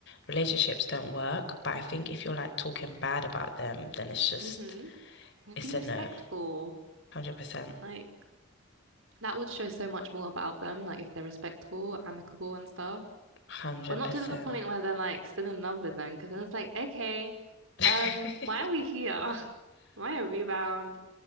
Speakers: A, on the left (about 55°); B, on the right (about 75°).
A: relationships don't work, but I think if you're like talking bad about them, then it's just
B: Mm-hmm.
A: it's
B: Be respectful.
A: a no. 100%.
B: Like that would show so much more about them, like if they're respectful, amicable and stuff.
A: 100%.
B: But not to the point where they're like still in love with them, because then it's like, okay,
A: 100%.
B: um, why are we here? <laughs> Why a rebound?